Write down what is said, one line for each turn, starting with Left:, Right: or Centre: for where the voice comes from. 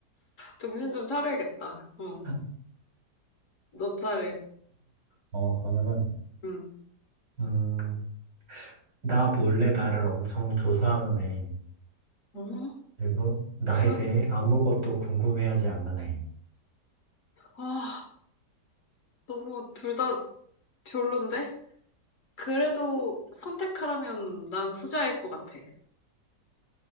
Left: 정신 좀 차려야겠다. 어,
Right: <laughs>
Left: 너 차례.
Right: 어, 그러면은,
Left: 응.
Right: 음, 나 몰래 나를 엄청 조사하는 애.
Left: 어?
Right: 그리고 나에
Left: 최악이다.
Right: 대해 아무것도 궁금해하지 않는 애.
Left: 아, 너무 둘 다 별론데? 그래도 선택하라면 난 후자일 것 같아.